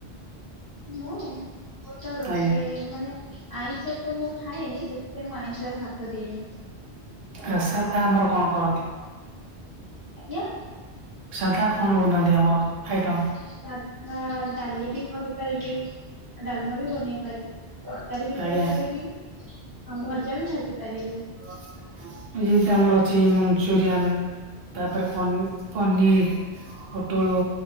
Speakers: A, on the right; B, on the right.
A: ମୁଁ, ମୁଁ ତ ରୋଷେଇ
B: ଆଜ୍ଞା
A: ମାନେ ଆଇଁଷ ତ ମୁଁ ଖାଏନି, ସେଥିପାଇଁ ମୁଁ ଆଇଁଷରେ ହାତ ଦିଏନି।
B: ଆରିସା ପିଠା ଆମର କଣ କରନ୍ତି?
A: ଆଜ୍ଞା
B: ସାଧା କଣ ବନାନ୍ତି ଆମର, ଆଇଟମ?
A: ସାଧା, ଡାଲି ବି କରିପାରିବି। ଡାଲମା ବି ବନେଇ ପାରିବି, ତରକାରୀ ବି
B: ଆଜ୍ଞା।
A: କରିପାରିବି। ହଁ ଭଜା ବି, ଭାଜି ପାରିବି।
B: <inaudible> ଯେମିତି, ଆମର ଅଛି ମଞ୍ଚୁରିଆନ, ତାପରେ ପନି ପନିର୍ ପୋଟଳ,